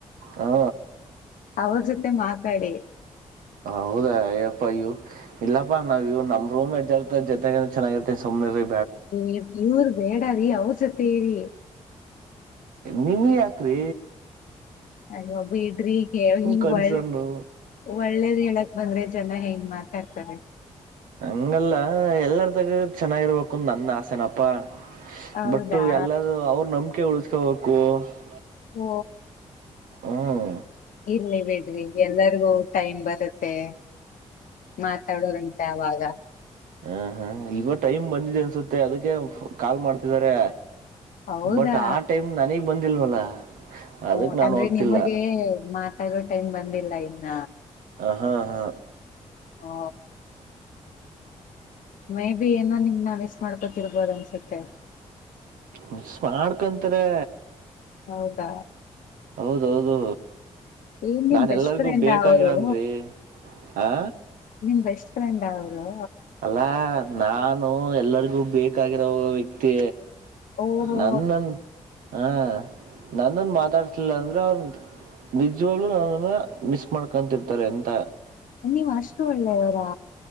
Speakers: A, on the right (about 85°); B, on the left (about 70°).
A: ಹಾ.
B: ಅವ್ರ ಜೊತೆ ಮಾತಾಡಿ.
A: ಹೌದಾ ಅಪ್ಪಯ್ಯ ಇವ ಇಲ್ಲಾಪ್ಪ ನಾವ ಇವ ನಮ್ಮ ರೂಮಮೇಟ್ ಜೊತ ಜೊತೆಗ ಚೆನ್ನಾಗಿರತಿನಿ ಸುಮ್ಮನಿರಿ.
B: ಏ ಇವ್ರ ಬೇಡ ರೀ ಅವರ ಜೊತೆ ಇರಿ.
A: ನಿಮಗ ಯಾಕ್ರೀ.
B: ಅಯ್ಯೋ ಬಿಡ್ರಿ ಈಗ ಹಿಂಗ
A: ಕನ್ಸರ್ನು
B: ಒಳ್ಳ ಒಳ್ಳೇದ ಹೇಳಕ ಬಂದ್ರೆ. ಜನ ಹಿಂಗ ಮಾತಾಡ್ತಾರೆ.
A: ಹಂಗಲ್ಲ ಎಲ್ಲಾರತಗ ಚೆನ್ನಾಗಿರಬೇಕು ನನ್ನ ಆಸೆನಪ್ಪಾ.
B: ಹೌದಾ
A: ಬಟ್ಟು ಎಲ್ಲರೂ ಅವ್ರ್ ನಂಬ್ಕೆ ಉಳ್ಸ್ <unintelligible>
B: ಓ.
A: ಉಹು.
B: ಇರ್ಲಿ ಬಿಡ್ರಿ ಎಲ್ಲರ್ಗೂ ಟೈಮ್ ಬರುತ್ ತೆ. ಮಾತಾಡುವ್ರಂತೆ ಆವಾಗ.
A: ಅಹಾ ಇವಾಗ್ ಟೈಮ್ ಬಂದಿದೆ ಅನ್ಸುತ್ತೆ ಅದಕ್ಕೆ ಅ ಫೋ ಕಾಲ್ ಮಾಡ್ತಿದ್ದಾರೆ.
B: ಹೌದಾ
A: ಬಟ್ ಆ ಟೈಮ್ ನನಿಗ್ ಬಂದಿಲ್ವಲ್ಲ. ಅದಕ್ಕೆ
B: ಓ
A: ನಾನು
B: ಅಂದ್ರೆ
A: ಹೋಗ್ತಿಲ್ಲ
B: ನಿಮಗೇ ಮಾತ್ ತಗೋ ಟೈಮ್ ಬಂದಿಲ್ಲ ಇನ್ನ.
A: ಅಹ ಅಹಾ.
B: ಓ, ಮೇಬಿ ಏನೋ ನಿಮ್ನ ಮಿಸ್ ಮಾಡ್ಕೊತಿರ್ಬೋದ್ ಅನ್ಸುತ್ತೆ.
A: ಮಿಸ್ ಮಾಡ್ಕಂತರೇ
B: ಹೌದಾ?
A: ಹೌದೌದು.
B: ಏನ್ ನಿಮ್
A: ನಾನ್
B: ಬೆಸ್ಟ್
A: ಎಲ್ಲರಿಗು
B: ಫ್ರೆಂಡ್
A: ಬೇಕಾಗಿರನ್ರಿ.
B: ಅವರು
A: ಆ
B: ನಿಮ್ ಬೆಸ್ಟ್ ಫ್ರೆಂಡಾ ಅವ್ರು
A: ಅಲ್ಲಾ ನಾನ್ ನಾವು ಎಲ್ಲರಿಗೂ ಬೇಕಾಗಿರೋ ವ್ಯಕ್ತಿ.
B: ಓಹೋ
A: ನನ್ನನ್ ಹ ನನ್ನನ್ ಮಾತಾಡ್ಸ್ಲಿಲ್ಲ ಅಂದ್ರೆ ಅವ್ನ್ ನಿಜವಾಗ್ಲು ನನ್ನನ್ನ ಮಿಸ್ ಮಾಡ್ಕೊಂತಿರ್ತಾರೆ ಅಂತ
B: ನೀವ್ ಅಷ್ಟು ಒಳ್ಳೆಯವ್ರ?